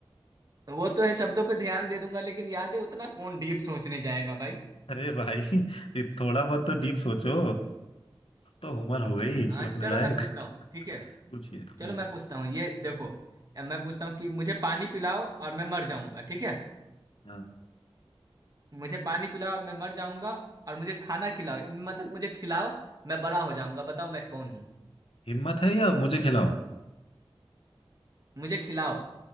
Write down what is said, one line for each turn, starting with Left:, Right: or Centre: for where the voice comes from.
Right: वो तो है शब्दों पे ध्यान दे दूंगा लेकिन याद है उतना कौन डीप सोचने जाएगा भाई
Left: अरे भाई ये थोड़ा बहुत तो डीप सोचो तो उम्र हो गई
Right: हाँ
Left: सोचने
Right: चलो
Left: लायक
Right: मैं पूछता हूँ ठीक है
Left: पूछिए हम्म
Right: चलो मैं पूछता हूँ ये देखो मैं पूछता हूँ कि मुझे पानी पिलाओ और मैं मर जाऊंगा ठीक है
Left: हाँ
Right: मुझे पानी पिलाओ और मैं मर जाऊंगा और मुझे खाना खिलाओ मतलब मुझे खिलाओ मैं बड़ा हो जाऊंगा बताओ मैं कौन हूँ
Left: हिम्मत है या मुझे खिलाओ
Right: मुझे खिलाओ